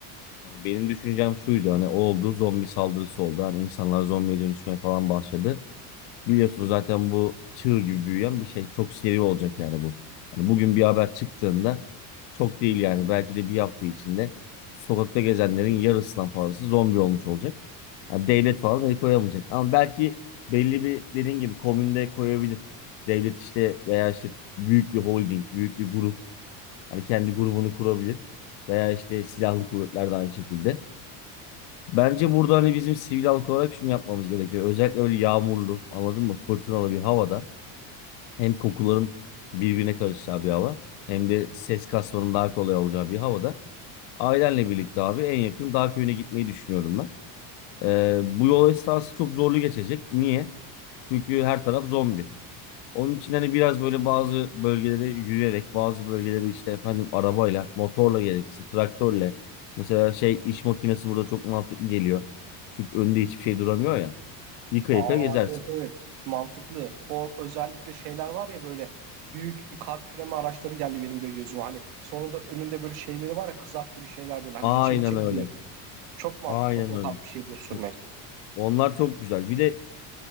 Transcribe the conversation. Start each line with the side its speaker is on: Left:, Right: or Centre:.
Left: Hani benim düşüncem şuydu hani o oldu zombi saldırısı oldu. Hani insanlar zombiye dönüşmeye falan başladı. Biliyorsunuz zaten bu çığ gibi büyüyen bir şey. Çok seri olacak yani bu. Hani bugün bir haber çıktığında çok değil yani belki de bir hafta içinde sokakta gezenlerin yarısından fazlası zombi olmuş olacak. Yani devlet falan el koyamayacak. Ama belki belli bir dediğin gibi komünde koyabilir. Devlet işte veya işte büyük bir holding, büyük bir grup hani kendi grubunu kurabilir. Veya işte silahlı kuvvetler de aynı şekilde. Bence burada hani bizim sivil halk olarak şunu yapmamız gerekiyor. Özellikle böyle yağmurlu, anladın mı? Fırtınalı bir havada hem kokuların birbirine karışacağı bir hava hem de ses kasmanın daha kolay olacağı bir havada ailenle birlikte abi en yakın dağ köyüne gitmeyi düşünüyorum ben. Ee, bu yol esnası çok zorlu geçecek. Niye? Çünkü her taraf zombi. Onun için hani biraz böyle bazı bölgelere yürüyerek, bazı bölgeleri işte efendim arabayla, motorla gerekirse, traktörle. Mesela şey iş makinesi burada çok mantıklı geliyor. Çünkü önünde hiçbir şey duramıyor ya. Yıka
Right: Aa
Left: yıka gezersin.
Right: evet evet. Mantıklı. O özellikle şeyler var ya böyle büyük kar küreme araçları geldi benim de gözüme. Hani sonunda önünde böyle şeyleri var ya kızak gibi şeyler böyle hani
Left: Aynen
Right: biçe biçe gidiyor.
Left: öyle.
Right: Çok mantıklı
Left: Aynen
Right: o
Left: öyle.
Right: tarz bir şey bulup sürmek.
Left: Evet. Onlar çok güzel. Bir de